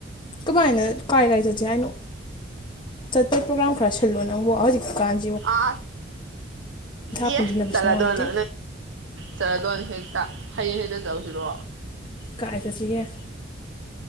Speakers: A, on the left; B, on the right.
A: ꯀꯃꯥꯏꯅ ꯀꯥꯏ ꯀꯥꯏ ꯆꯠꯁꯦ ꯍꯥꯏꯅꯣ ꯆꯠꯄ ꯄ꯭ꯔꯣꯒꯥ꯭ꯔꯥꯝ ꯈꯔ ꯁꯤꯜꯂꯣ ꯅꯪꯕ ꯍꯧꯖꯤꯛ ꯀꯥꯟꯁꯤ
B: ꯑ ꯌꯦ
A: ꯄꯨꯟꯁꯤꯟꯅꯕꯁꯨ
B: ꯆꯂꯗꯣꯅ
A: ꯅꯨꯡꯉꯥꯏꯇꯦ
B: ꯆꯠꯂꯗꯣꯏꯅꯦ ꯍꯦꯛꯇ ꯍꯌꯦꯡ ꯍꯦꯛꯇ ꯆꯠꯂꯁꯤꯔꯣ
A: ꯀꯥꯏ ꯆꯠꯁꯤꯒꯦ